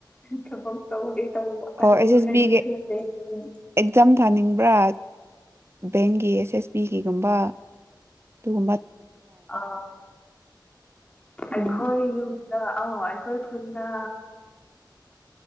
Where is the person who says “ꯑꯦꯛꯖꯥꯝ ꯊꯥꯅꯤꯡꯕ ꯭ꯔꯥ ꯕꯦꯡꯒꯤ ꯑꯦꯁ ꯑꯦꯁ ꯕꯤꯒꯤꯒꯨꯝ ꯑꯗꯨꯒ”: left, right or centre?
Right